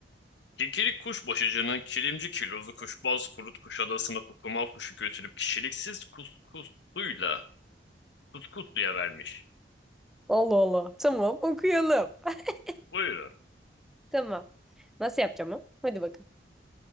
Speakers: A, on the left (about 70°); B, in the centre.
A: Kikirik kuşbaşıcının kilimci kilozu kuşbaz kurut kuş adasına kukumav kuşu götürüp kişiliksiz kuskusluyla kuskusluya vermiş.
B: Allah Allah. Tamam okuyalım. <laughs>
A: Buyurun.
B: Tamam. Nasıl yapacağım o? Hadi bakın.